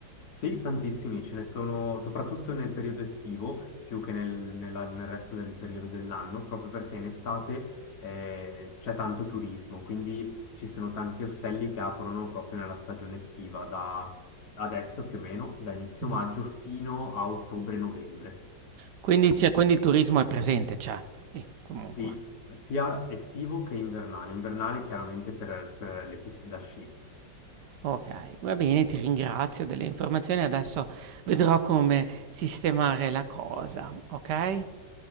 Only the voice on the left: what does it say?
Sì, tantissimi, ce ne sono soprattutto nel periodo estivo, più che nel, nella- nel resto del periodo dell'anno, proprio perché in estate eh, c'è tanto turismo, quindi ci sono tanti ostelli che aprono proprio nella stagione estiva, da adesso più o meno, da inizio
maggio fino a ottobre-novembre.
Sì, sia estivo che invernale, invernale chiaramente per per le piste da sci.